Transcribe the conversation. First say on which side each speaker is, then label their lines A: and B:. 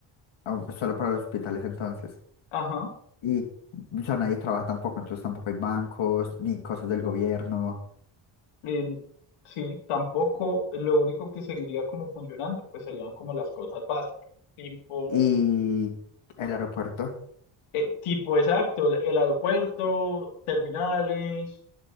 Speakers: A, on the left (about 70°); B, on the left (about 85°).
A: o- solo para los hospitales entonces.
B: Ajá,
A: y ya nadie trabaja tampoco, entonces tampoco hay bancos ni cosas del gobierno
B: eh, sí, tampoco, lo único que seguiría como funcionando, pues serían como las cosas básicas, tipo,
A: y el aeropuerto,
B: eh, tipo exacto, el el aeropuerto, terminales.